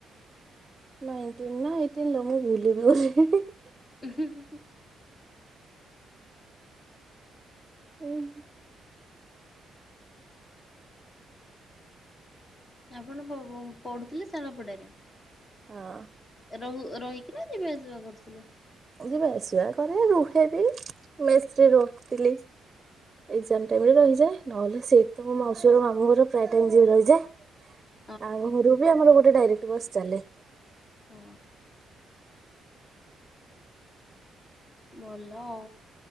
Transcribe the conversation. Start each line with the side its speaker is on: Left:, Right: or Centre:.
Right: ନାଇଣ୍ଟିନ୍ ନା ଏଇଟିନ୍ ଲୋ ମୁଁ ଭୁଲିବି ଗଲିଣି।
Left: ଉଁ ହୁଁ ହୁଁ।
Right: ଉଁ ହୁଁ।
Left: ଆପଣ ପ-ପୁ-ପଢୁଥିଲେ ଶାଳପଡ଼ାରେ?
Right: ହଁ।
Left: ରହୁ-ରହିକିନା ନା ଯିବା ଆସିବା କରୁଥିଲେ?
Right: ଯିବା ଆସିବା କରେ ରୁହେ ବି ମେସରେ ରହିଥିଲି। ଏଗଜାମ୍ ଟାଇମରେ ରହିଯାଏ ନହେଲେ ସେଇଠି ତ ମୋ ମାଉସୀ ଘର ମାମୁଁ ଘର ପ୍ରାୟେ ଟାଇମ୍ ଯାଇ ରହିଯାଏ।
Left: ହ <unintelligible>
Right: ଆଉ ଘରୁ ବି ଆମର ଗୋଟେ ଡାଇରେକ୍ଟ ବସ୍ ଚାଲେ।
Left: ହଁ। ଭଲ ଆଉ।